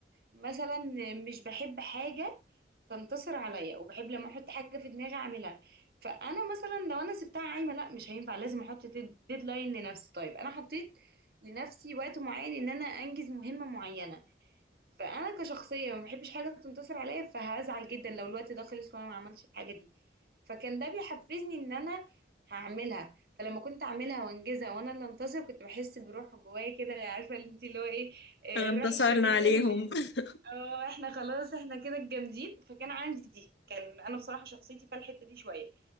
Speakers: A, on the right (about 55°); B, on the left (about 80°).
A: مثلا مش بحب حاجه تنتصر عليا وبحب لما احط حاجه في دماغي اعملها فانا مثلا لو انا سبتها عايمه لا مش هينفع لازم احط ديدلاين لنفسي طيب انا حطيت لنفسي وقت معين ان انا انجز مهمه معينه فانا كشخصيه ما بحبش حاجه تنتصر عليا فهزعل جدا لو الوقت ده خلص وانا ما عملتش الحاجه دي فكان ده بيحفزني ان انا هعملها فلما كنت اعملها وانجزها وانا اللي انتصر كنت بحس بروح جوايا كده عارفه اللي انت اللي هو ايه آه،
B: آه،
A: الروح
B: انتصرنا
A: الشريره
B: عليهم
A: اللي
B: <laughs>
A: اه احنا خلاص احنا كده الجامدين فكان عندي دي كان انا بصراحه شخصيتي فيها الحته دي شويه